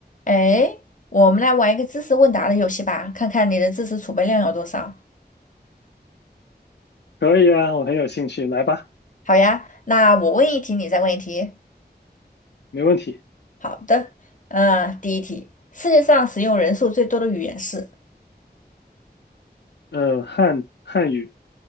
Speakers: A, on the left (about 50°); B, on the left (about 80°).
A: 哎，我们来玩一个知识问答的游戏吧，看看你的知识储备量有多少。
B: 可以啊，我很有兴趣，来吧，
A: 好呀，那我问一题，你再问一题。
B: 没问题。
A: 好的，嗯，第一题，世界上使用人数最多的语言是？
B: 呃，汉汉语，